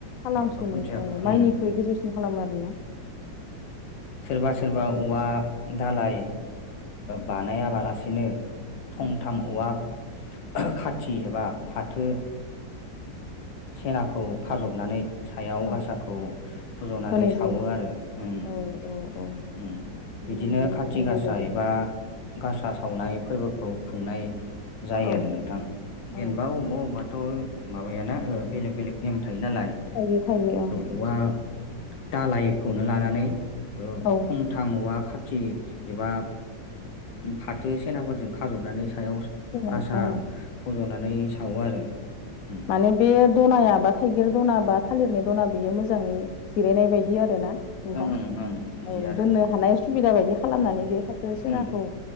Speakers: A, on the left (about 65°); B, on the left (about 85°).
A: खालामसिनो
B: माबाखौ खुन्थियाखौ
A: औ
B: ओं
A: माइनिख्रुइ गोजौसिन खालामो आरोना।
B: सोरबा सोरबा औवा दालइ बानायाबालासिनो
A: उम
B: थंथाम औवा खाथि एबा फाथो सेनाखौ खाजबनानै सायाव
A: औ
B: गासाखौ फज'नानै
A: होनाय
B: सावो
A: जायो
B: आरो ओ
A: औ औ औ
B: बिदिनो
A: नुनो मोनदों
B: खाथि
A: नोंथां बेबायदिनो
B: आसा एबा गासा सावनाय फोरबोखौ खुंनाय जायो
A: औ
B: आरो नोंथां जेनेबा
A: औ
B: अबेबा अबेबा थ'माबाय ना बेलेग बेलेक नेम थायो नालाय
A: थायो थायो ओं
B: औवा दालायखौनो लानानै
A: औ
B: थंथाम औवा खाथि एबा फाथो सनाफोरजों खाजबनानै सायाव
A: माने
B: गासा
A: औ
B: फज'नानै सावो आरो उम
A: माने बे दनायाबा थाइगिर दनाबा थालिरनाय दना बेयो मोजाङै जिरायनाय बायदि आर ना नोंथां।
B: ओं ओं ओं बिदि
A: औ
B: आरो
A: दोननो हानाय सुबिदा बायदि खालामनानै
B: उम
A: बे फाथो सनाखौ
B: उम